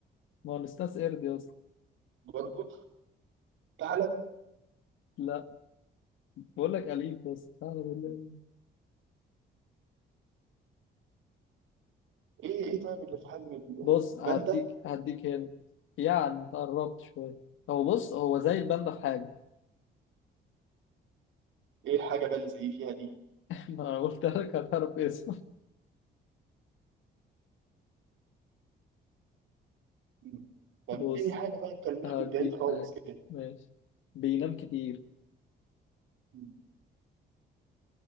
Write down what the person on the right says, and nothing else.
برضه تعالى
إيه إيه طيب اللي في حجم
الباندا
إيه حاجة بقى اللي زي فيها دي
مم. طب
إديني حاجة طيب تلميح
من بعيد خالص
كده
مم.